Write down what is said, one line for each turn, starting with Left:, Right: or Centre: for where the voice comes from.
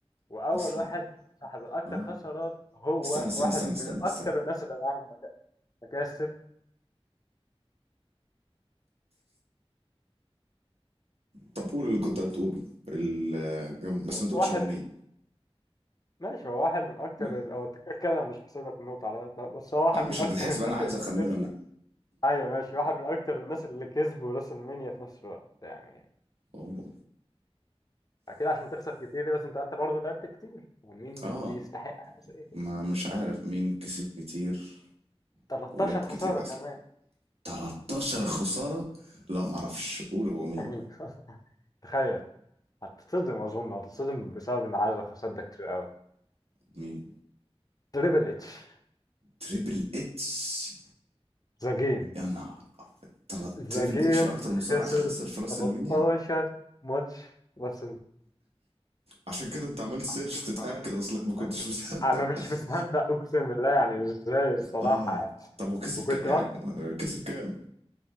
Left: واول
Right: اصلا
Left: واحد صاحب الاكتر
Right: اه
Left: خسارات هو
Right: استنى استنى
Left: واحد
Right: استنى استنى
Left: من اكتر
Right: استنى
Left: الناس اللي معاهم مك- مكاسب
Right: طب قول اللي كنت هتقوله ال- بس ما تقولش
Left: واحد
Right: هو مين
Left: ماشي هو واحد من اكتر
Right: ماشي
Left: ال- هو التكتيك كده انا مش هحسب لك النقطة على طب، بس هو واحد
Right: اه مش
Left: من اكتر
Right: هتتحسب
Left: الناس
Right: انا عايز
Left: اللي
Right: اخمنه
Left: كسبوا
Right: انا
Left: ايوه ماشي واحد من اكتر الناس اللي كسبوا راس المنيا في نفس الوقت يعني
Right: هو
Left: اكيد عشان تخسر كتير دي لازم تبقى انت برضه لعبت كتير ومين
Right: اه
Left: يستحق حاجه زي كده
Right: ما مش عارف مين كسب كتير
Left: 13
Right: ولعب كتير
Left: خساره
Right: اصلا
Left: كمان
Right: 13 خسارة لا ما اعرفش قول هو مين
Left: <laughs> تخيل هتتصدم اظن هتتصدم بسبب ان عدد الخسارات ده كتير قوي
Right: مين
Left: تريبل اتش
Right: تريبل اتش
Left: ذا جيم
Right: يا نهار ابيض تلا-
Left: ذا
Right: تريبل
Left: جيم
Right: اتش اكتر مصارع
Left: خسر
Right: خسر في راس
Left: 13
Right: المنيا
Left: ماتش بس
Right: عشان كده انت عملت سيرش
Left: عشان كده
Right: تتاكد
Left: انت عملت
Right: اصلك
Left: تتاكد
Right: ما كنتش
Left: اصلا
Right: مصدق
Left: انا مش
Right: <laughs>
Left: مصدق اقسم بالله يعني ازاي الصراحه
Right: اه
Left: يعني.
Right: طب وكسب
Left: وكنت
Right: كام يعني
Left: برضه
Right: آه، كسب كام